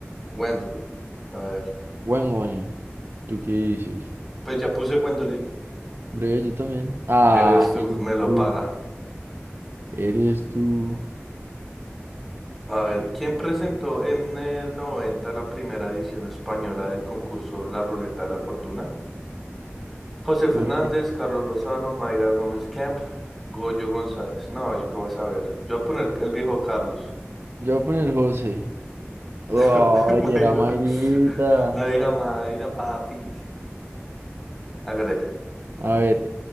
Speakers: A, in the centre; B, on the right.
A: Wendelin. A ver.
B: Gwendolyn, ¿tú qué dices?
A: Pues ya puse Gwendolyn.
B: Hombre, yo también. Ah,
A: Eres tú,
B: eres
A: me lo
B: tú,
A: paga.
B: eres tú,
A: A ver, ¿quién presentó en el 90 la primera edición española del concurso La Ruleta de la Fortuna? José Fernández,
B: Jorge.
A: Carlos Lozano, Mayra Gómez Camp, Goyo González. No, yo qué vas a ver. Yo voy a poner el viejo Carlos.
B: Yo voy a poner José. Ay,
A: <laughs> Mayra.
B: era Mayrita.
A: La vieja Mayra, papi. Hágale.
B: A ver,